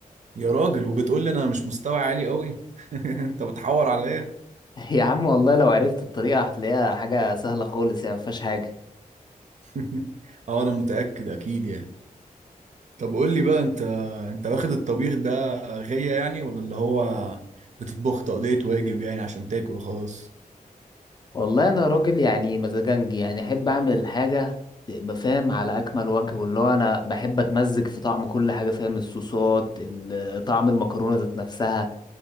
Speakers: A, on the right; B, on the left.
A: يا راجل وبتقول لي انا مش مستوى عالي قوي <laughs> انت بتحور عليا
B: <laughs> يا عم والله لو عرفت الطريقة هتلاقيها حاجة سهلة خالص يعني مفيهاش حاجة
A: <laughs> اه انا متاكد اكيد يعني طب قول لي بقى انت انت واخد الطبيخ ده غية يعني ولا اللي هو بتطبخ تقضية واجب يعني عشان تاكل وخلاص
B: والله انا راجل يعني مزاجنجي يعني احب اعمل الحاجه تبقى فاهم على اكمل وجه واللي هو انا بحب اتمزج في طعم كل حاجه فاهم الصوصات ال- <hesitation> طعم المكرونه ذات نفسها